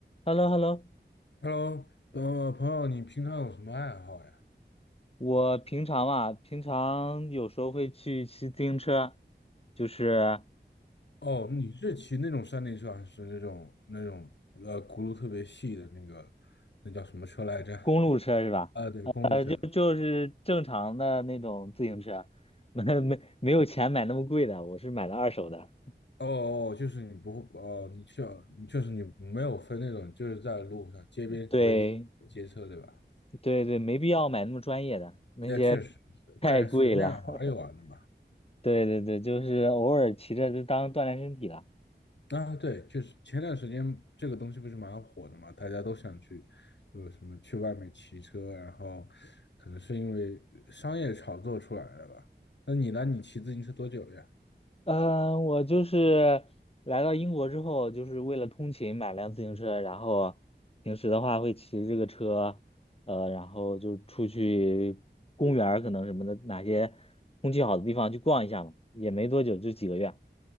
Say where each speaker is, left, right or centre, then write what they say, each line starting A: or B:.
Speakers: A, on the left; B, on the left.
A: h e l l o h e l l o
B: Hello，呃，朋友，你平常有什么爱好呀？
A: 我平常啊，平常有时候会去骑自行车，就是
B: 哦，你是骑那种山地车，还是那种那种呃轱辘特别细的那个，那叫什么车来着？
A: 公路车是吧？
B: 啊，对，公路车。
A: 呃，就就是正常的那种自行车，<laughs> 没没没有钱买那么贵的，我是买的二手的。
B: 哦哦，就是你不会哦，你确就是你没有分那种，就是在路上街边随便骑街车，
A: 对
B: 对吧？
A: 对对，没必要买那么专业的，那些
B: 那确实，
A: 太贵了。
B: 个人随便玩一玩的嘛。
A: <laughs> 对对对，就是偶尔骑着就当锻炼身体了。
B: 啊，对，就是前段时间这个东西不是蛮火的嘛，大家都想去，有什么去外面骑车，然后可能是因为商业炒作出来的吧。那你呢？你骑自行车多久了呀？
A: 嗯，我就是来到英国之后，就是为了通勤买辆自行车，然后平时的话会骑着这个车，呃，然后就出去公园儿可能什么的，哪些空气好的地方去逛一下嘛，也没多久，就几个月。